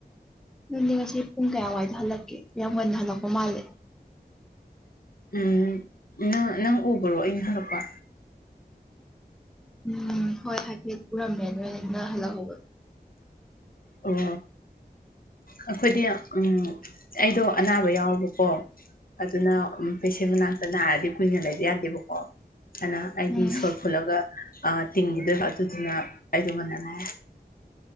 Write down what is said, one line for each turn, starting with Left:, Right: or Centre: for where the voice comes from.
Centre: ꯅꯪꯗꯤ ꯉꯁꯤ ꯄꯨꯡ ꯀꯌꯥꯋꯥꯏꯗ ꯍꯜꯂꯛꯀꯦ ꯌꯥꯝ ꯉꯟꯅ ꯍꯜꯂꯛꯄ ꯃꯥꯜꯂꯦ
Left: ꯎꯝ ꯅꯪ ꯅꯪ ꯎꯕꯔꯣ ꯑꯩꯅ ꯍꯜꯂꯛꯄ
Centre: ꯎꯝ ꯍꯣꯏ ꯍꯥꯏꯐꯦꯠ ꯄꯨꯔꯝꯃꯦ ꯅꯣꯏ ꯅꯩꯅ ꯍꯜꯂꯛꯍꯧꯕꯗꯣ
Left: ꯑꯣ ꯑꯩꯈꯣꯏꯗꯤ ꯎꯝ ꯑꯩꯗꯣ ꯑꯅꯥꯕ ꯌꯥꯎꯔꯕꯀꯣ ꯑꯗꯨꯅ ꯎꯝ ꯄꯦꯁꯦꯟ ꯃꯅꯥꯛꯇ ꯅꯥꯔꯗꯤ ꯀꯨꯏꯅ ꯂꯩꯕ ꯌꯥꯗꯦꯕꯀꯣ ꯍꯥꯏꯅ ꯑꯩꯗꯤ
Centre: ꯎꯝ
Left: ꯁꯣꯔ ꯐꯨꯠꯂꯒ ꯇꯤꯡꯈꯤꯗꯣꯏꯕ ꯑꯗꯨꯗꯨꯅ ꯑꯩꯗꯣ ꯉꯟꯅ